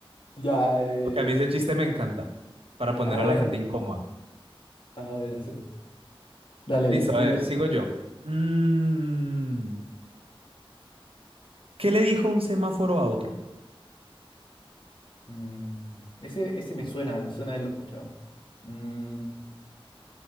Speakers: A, on the left; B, on the right.
A: Ya, ya, ya,
B: porque a mí
A: ya.
B: ese chiste me encanta, para poner
A: Ah,
B: a
A: bueno.
B: la gente incómoda.
A: Ah, bueno, sí. Dale,
B: Listo,
A: tiene.
B: a ver, sigo yo. Mm, ¿qué le dijo un semáforo a otro?
A: Mm, ese, ese me suena, me suena haberlo escuchado. Mm,